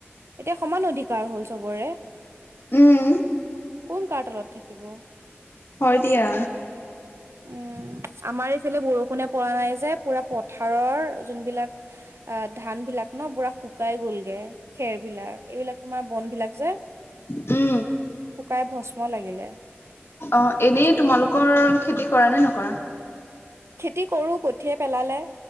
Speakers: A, on the right; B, on the left.
A: এতিয়া সমান অধিকাৰ হল চবৰে
B: উম
A: কোন কাৰ তলত থাকে এবোৰ
B: হয় দিয়া
A: উম আমাৰ এইফালে বৰষুণে পৰা নাই যে পুৰা পথাৰৰ যোনবিলাক অ ধান বিলাক ন পুৰা শুকাই গলগে খেৰ বিলাক এইবিলাক তোমাৰ বন বিলাক যে
B: উম
A: শুকাই ভস্ম লাগিলে
B: অ এনেই তোমালোকৰ খেতি কৰা নে নকৰা
A: খেতি কৰো কঠীয়া পেলালে